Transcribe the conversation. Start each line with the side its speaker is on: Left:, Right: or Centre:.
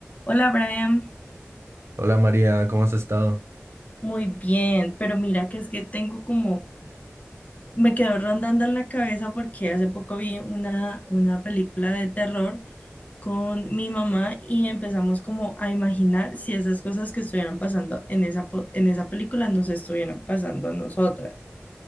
Left: Hola Brian,
Right: Hola María, ¿cómo has estado?
Left: muy bien, pero mira que es que tengo como, me quedó rondando en la cabeza porque hace poco vi una, una película de terror con mi mamá y empezamos como a imaginar si esas cosas que estuvieran pasando en esa, po- en esa película nos estuvieran pasando a nosotras.